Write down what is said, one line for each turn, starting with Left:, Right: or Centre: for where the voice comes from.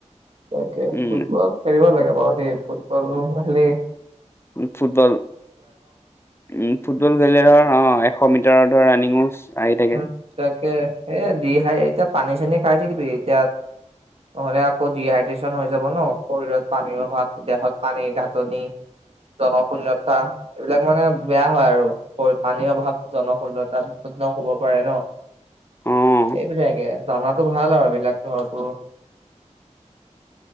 Right: তাকে।
Left: উম,
Right: ফুটবল খেলিব লাগে বাৰু ফুটবল খেলি
Left: ফুটবল উম ফুটবল খেল একধৰণৰ অ হয় এশ মিটাৰ ধৰ ৰানিঙো আহি থাকে
Right: উ তাকে এ দি হাই এতিয়া পানী চানী খাই থাকিবি এতিয়া নহ'লে আকৌ ডিহাইড্ৰেচন হৈ যাব ন। শৰীৰত পানীৰ অভাৱ দেহত পানীৰ নাটনি জনশূণ্যতা এইবিলাক মানে বেয়া হয় আৰু পানীৰ অভাৱ জনশূণ্যতাৰ- নহব পাৰে ন
Left: অ'।
Right: এইবিলাকে জানাতো ভাল আৰু এইবিলাক ঘৰতো।